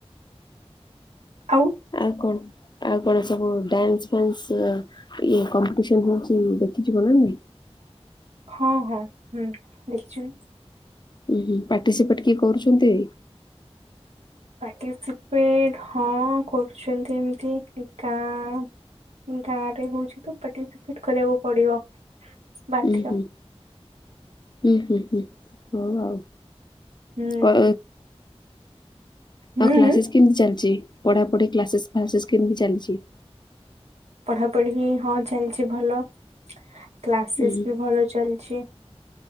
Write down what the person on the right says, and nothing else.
ଆଉ?
ହଁ ହଁ ହୁଁ ଦେଖିଯିବୁ।
ପାର୍ଟିସିପେଟ୍ ହଁ କରୁଛନ୍ତି ଏମିତି ଗାଁ ଗାଁରେ ହଉଛି ତ ପାର୍ଟିସିପେଟ୍ କରିବାକୁ ପଡିବ ବାଧ୍ୟ।
ହୁଁ
ହୁଁ
ହୁଁ,
ପଢାପଢି ହଁ ଚାଲିଛି ଭଲ। କ୍ଲାସେସ୍
ବି ଭଲ ଚାଲିଛି।